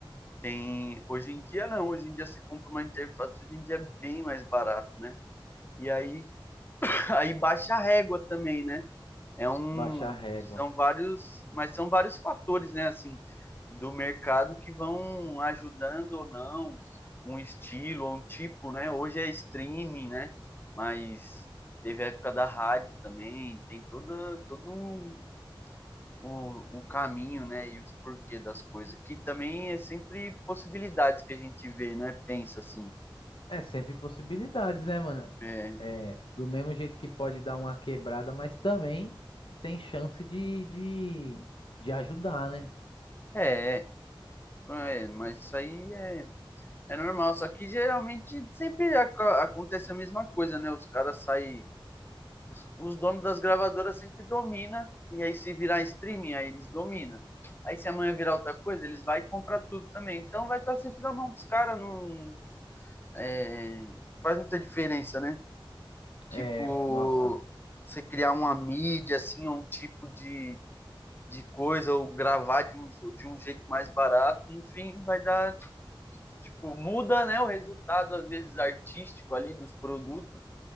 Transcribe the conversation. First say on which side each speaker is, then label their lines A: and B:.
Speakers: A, on the left; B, on the left.
A: tem. Hoje em dia não, hoje em dia você compra uma interface, hoje em dia é bem mais barato, né? E aí, <laughs> aí baixa a régua também, né? é um
B: baixar a régua.
A: são vários, mas são vários fatores, né, assim, do mercado que vão ajudando ou não um estilo ou um tipo, né? Hoje é streaming, né? Mas teve a época da rádio também, tem todo todo um, um, um caminho, né? E os porquê das coisas, que também é sempre possibilidades que a gente vê, né? Pensa assim.
B: É, sempre possibilidades, né, mano?
A: É,
B: É, do mesmo jeito que pode dar uma quebrada, mas também tem chance de, de, de ajudar, né?
A: é, é, é mas isso aí é É normal, só que geralmente sempre ac acontece a mesma coisa, né? Os caras saem. Os donos das gravadoras sempre dominam, e aí se virar streaming, aí eles dominam. Aí se amanhã virar outra coisa, eles vão comprar tudo também. Então vai estar sempre na mão dos caras, não, é, não faz muita diferença, né? Tipo,
B: É, nossa.
A: você criar uma mídia, assim, ou um tipo de, de coisa, ou gravar de um, de um jeito mais barato, enfim, vai dar tipo, muda, né, o resultado às vezes artístico ali dos produtos,